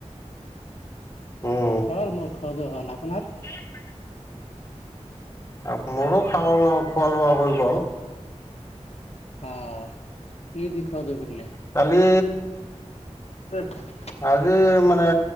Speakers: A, on the left; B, on the left.
A: উম
B: হ'ল মোৰ। ঘৰত যে ভাল আপোনাৰ?
A: <unintelligible> অহ' মোৰো খালো ৰ খোৱা লোৱা হৈ গ'ল।
B: অঁ, কি দি খোৱা যাব তেনে?
A: কালি
B: <unintelligible>
A: আজি মানে